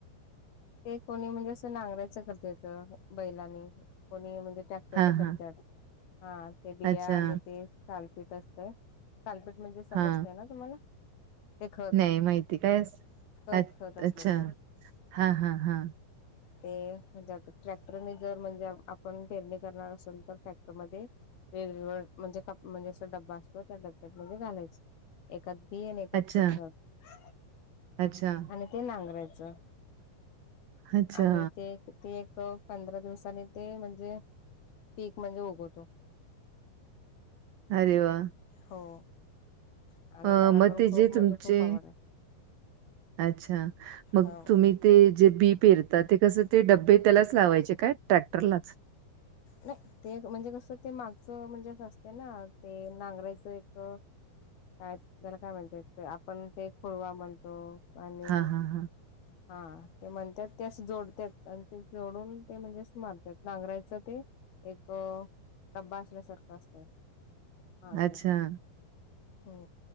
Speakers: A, on the left; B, on the right.
A: ते कोणी म्हणजे असं नांगरायचा करत्यात बैलांनी कोणी म्हणजे टॅ क्टरनी
B: हा
A: करत्यात,
B: हा
A: हा ते बिया
B: अच्छा
A: आणि ते सालपीट असतयं सालपीट म्हणजे समजतयं
B: हा
A: ना तुम्हाला? ते खत
B: नाही माहिती, काय असं?
A: खत
B: अ
A: खत असते
B: अच्छा
A: खत
B: हा हा हा.
A: ते हेज्यात ट्रॅक्टरने जर म्हणजे आपण पेरणी करणार असेल तर ट्रॅक्टरमध्ये वेगवेगळं म्हणजे कप म्हणजे असं डब्बं असत्यात त्या डब्यात म्हणजे घालायचं. एकात बी आणि एकात
B: अच्छा
A: ते खत
B: अच्छा
A: आणि ते नांगरायच.
B: अच्छा
A: आणि ते एक ते एक पंधरा दिवसाने ते म्हणजे पीक म्हणजे उगवतो.
B: अरे वा!
A: हो. आणि
B: अ
A: मला
B: मग
A: पण
B: ते
A: खूप
B: जे
A: म्हणजे
B: तुमचे..
A: खूप आवड आहे.
B: अच्छा, मग
A: हो.
B: तुम्ही ते जे बी पेरता ते कसं ते डबे त्यालाच लावायचे काय ट्रॅक्टरलाच.
A: नाही ते म्हणजे कसं ते मागचं म्हणजे असं असते ना ते नांगरायचं एकं काय त्याला काय म्हणतात आपण ते खोळवा म्हणतो. आणि
B: हा हा हा.
A: हा ते म्हणत्यात ते असं जोडत्यात आणि ते जोडून ते म्हणजे असं मारत्यात नांगरायचं ते एकं डब्बा असल्या सारखं असतंय मागे.
B: अच्छा
A: हो.